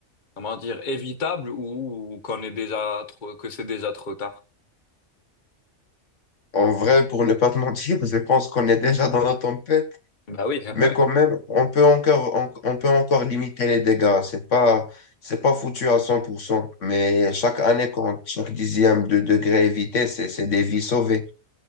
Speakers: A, on the left; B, on the left.
A: comment dire, évitable ou, ou qu'on est déjà trop, que c'est déjà trop tard.
B: En vrai, pour ne pas te <laughs> mentir, je pense qu'on est déjà dans la tempête,
A: Bah oui. <laughs>
B: mais quand même, on peut encore, on, on peut encore limiter les dégâts. C'est pas, c'est pas foutu à 100% mais chaque année compte, chaque dixième de degré évité, c'est, c'est des vies sauvées.